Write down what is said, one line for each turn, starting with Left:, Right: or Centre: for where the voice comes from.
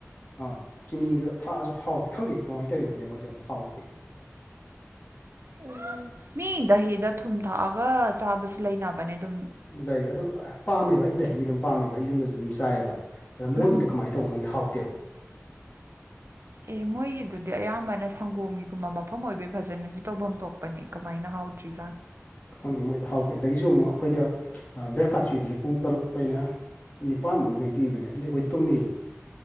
Left: ꯑꯥ ꯆꯤꯅꯤꯗꯣ ꯊꯥꯛꯑꯁꯨ ꯍꯥꯎ ꯈꯪꯗꯦ ꯀꯃꯥꯏꯅ ꯇꯧꯏꯅꯣ ꯈꯪꯗꯦ ꯃꯣꯏꯗꯣ ꯍꯥꯎꯇꯦ
Right: ꯑꯣ ꯃꯤ ꯗꯍꯥꯗ ꯊꯨꯝ ꯊꯛꯑꯒ ꯆꯥꯕꯁꯨ ꯂꯩꯅꯕꯅꯦ ꯗꯨꯝ
Left: ꯂꯩ ꯑꯗꯣ ꯄꯥꯝꯃꯦꯕ ꯑꯩ ꯗꯍꯤ ꯑꯗꯨꯝ ꯄꯥꯝꯃꯦꯕ ꯑꯩ ꯌꯨꯝꯗꯖꯨ ꯑꯗꯨꯝ ꯆꯥꯏꯌꯦꯕ ꯑꯗ ꯃꯣꯏꯒꯤꯗꯣ
Right: ꯎꯝ
Left: ꯀꯃꯥꯏ ꯇꯧꯅꯧꯗꯤ ꯍꯥꯎꯇꯦꯕ
Right: ꯑꯦ ꯃꯣꯏꯒꯤꯗꯨꯗꯤ ꯑꯌꯥꯝꯕꯅ ꯁꯪꯒꯣꯝꯒꯤꯒꯨꯝꯕ ꯃꯐꯝ ꯑꯣꯏꯕꯩ ꯐꯖꯅꯗꯤ ꯇꯧꯐꯝ ꯊꯣꯛꯄ ꯄꯅꯦ ꯀꯃꯥꯏꯅ ꯍꯥꯎꯇꯤ ꯖꯥꯠꯅꯣ
Left: ꯈꯪꯗꯦ ꯃꯣꯏꯗꯣ ꯍꯥꯎꯇꯦ ꯑꯗꯒꯤꯁꯨ ꯑꯃꯨꯛ ꯑꯩꯈꯣꯏꯗ ꯕ꯭ꯔꯦꯛꯐꯥꯁ ꯄꯤꯕꯁꯦ ꯄꯨꯡ ꯇꯔꯨꯛꯇꯩꯩꯅ ꯅꯤꯄꯥꯟꯃꯨꯛ ꯂ ꯀꯩꯅꯣꯝ ꯄꯤꯕꯅꯦ ꯑꯗꯨꯗꯤ ꯑꯩꯈꯣꯏ ꯇꯨꯝꯅꯤꯕ